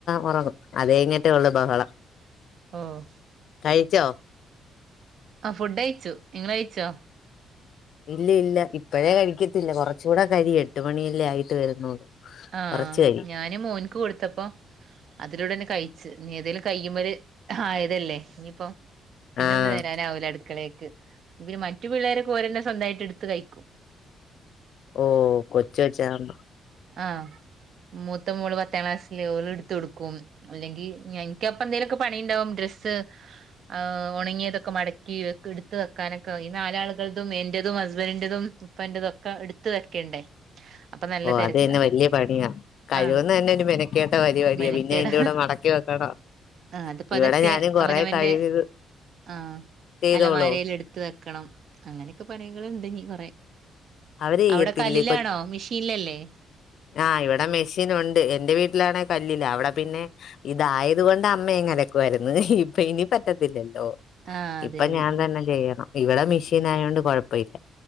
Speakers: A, on the left; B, on the right.
A: ഉറങ്ങും അത കഴിഞ്ഞിട്ടേ ഉള്ളു ബഹളം
B: ഓഹ്
A: കഴിച്ചോ
B: ആ ഫുഡ് അയ്ച്ചു നിങ്ങളായിച്ചോ
A: ഇല്ല ഇല്ല ഇപ്പഴേ കഴിക്കത്തില്ല കുറച്ചുകൂടെ കരി എട്ട് മണിയല്ലേ ആയിട്ട് വരുന്നുള്ളൂ
B: ആ
A: കുറച്ച് കഴിയും
B: ഞാന് മോൻക്ക് കൊടുത്തപ്പോ അതിലൂടെന്നെ കഴി നീ ഏതേലും കയ്യുമ്മല് ആയതല്ലേ ഇനിയിപ്പം പിന്നെ
A: ആഹ്
B: ഒന്ന് വരാനാവൂല അടുക്കളേക്ക് ക്ക് ഇവര്, മറ്റു പിള്ളേരൊക്കെ ഒരെന്നെ സ്വന്തായിട്ട് എടുത്ത് കഴിക്കും.
A: ഓ കൊച്ച് <unintelligible>
B: ആ മൂത്ത മോള് പത്താം ക്ലാസ്സില്, ഓള് ട്ത്തു കൊടുക്കും അല്ലെങ്കി എനിക്ക് അപ്പം എന്തെലുമൊക്കെ പണിണ്ടാവും ഡ്രസ്സ് ആ ഉണങ്ങിയതൊക്കെ മടക്കി എടുത്ത് വെക്കാനൊക്കെ ഈ നാലാളുകൾതും എന്റെതും ഹസ്ബൻഡിന്റെതും ഉപ്പാന്റെതും ഒക്കെ എടുത്ത വെക്കണ്ടേ. അപ്പൊ നല്ല
A: ഓ
B: തിരക്ക്
A: അത് തന്നെ വലിയ പണിയാ കഴിവുന്ന
B: ആ
A: തന്നെ ഒരു മെനക്കേട്ട പരിപാടിയാ
B: മെനക്കേട
A: പിന്നെ അതിന്റെ കൂടെ മടക്കി വെക്കണം
B: ആ അത് പതുക്കെ
A: ഇവിടെ ഞാനും കൊറെ
B: അവനവന്റെ
A: കഴിവ്
B: ആ
A: ചെയ്തോളൂ
B: അലമാരേൽ എടുത്ത് വെക്കണം അങ്ങനെയൊക്കെ പണികളുണ്ടിനീ കൊറെ
A: അവര് ചെയ്യത്തില്ലേ
B: അവിടെ കല്ലിലാണോ? മിഷീനിലല്ലേ
A: ആ ഇവിടെ മെഷീൻ ഉണ്ട് എന്റെ വീട്ടിലാണേ കല്ലിലാ അവിടെ പിന്നെ ഇതായത് കൊണ്ട് അമ്മ ഇങ്ങ് അലക്കുവായിരുന്ന് ഇപ്പ ഇനി പറ്റത്തില്ല ലൊ
B: ആഹ് അതെ
A: ഇപ്പ
B: അതെ
A: ഞാൻ തന്നെ ചെയ്യണം ഇവിടെ മിഷീൻ ആയോണ്ട് കൊഴപ്പയില്ലാ